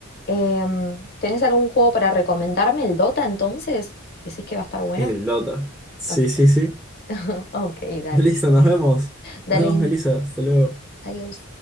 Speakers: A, on the left; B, in the centre.
A: Em, ¿tenés algún juego para recomendarme? ¿El Dota entonces? ¿Decís que va a estar bueno?
B: es el Dota. Sí,
A: Ok.
B: sí, sí.
A: <laughs> Ok, dale.
B: Listo, nos vemos.
A: Dale,
B: Nos vemos,
A: Emi.
B: Melissa. Hasta luego.
A: Adiós.